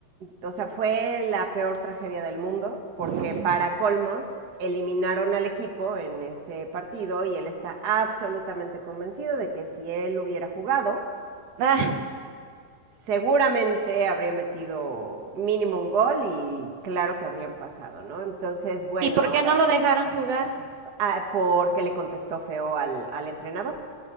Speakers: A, on the right (about 45°); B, on the right (about 65°).
A: o sea, fue la peor tragedia del mundo porque
B: Ujú.
A: para colmos eliminaron al equipo en ese partido y él está absolutamente convencido de que si él hubiera jugado,
B: Ah,
A: seguramente habría metido mínimo un gol y claro que habrían pasado, ¿no? Entonces, bueno,
B: ¿y por
A: ahora
B: qué no lo dejaron jugar?
A: Ah, porque le contestó feo al, al entrenador.